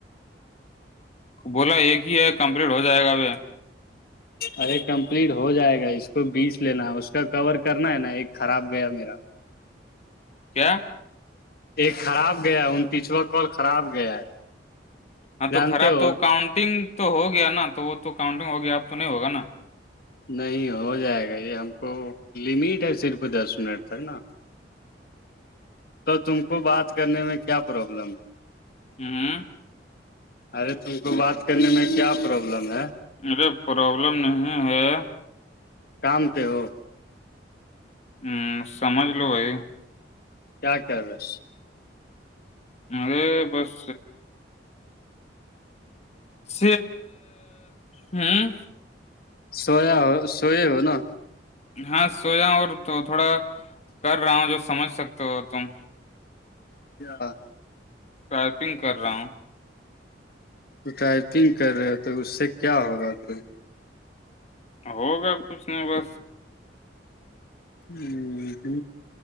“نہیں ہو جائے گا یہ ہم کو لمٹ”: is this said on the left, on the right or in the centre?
Left